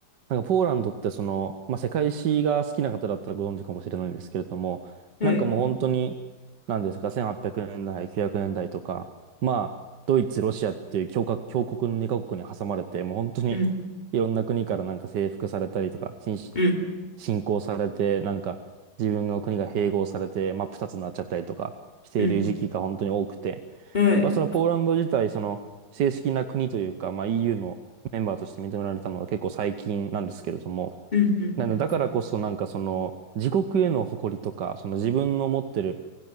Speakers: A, on the right (about 75°); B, on the left (about 25°).
A: なんかポーランドってその、まあ、世界史が好きな方だったらご存知かもしれないんですけれども、
B: はい。
A: なんかもう本当に、なんですか、1800年代、900年代とか、まあ、ドイツ、ロシアっていう強国、強国の2カ国に挟まれて、もう本当に
B: うん
A: <laughs> いろんな国からなんか征服されたりとか、侵
B: うん
A: 侵攻されて、なんか自分の国が併合されて、真っ二つになっちゃったりとかしている時期が本当に多くて、
B: うんうん。はい。
A: まあ、そのポーランド自体、その正式な国というか、まあ、EU のメンバーとして認められたのが結構最近なんですけれども、
B: うんうん
A: なのでだからこそなんかその自国への誇りとか、その自分の持ってる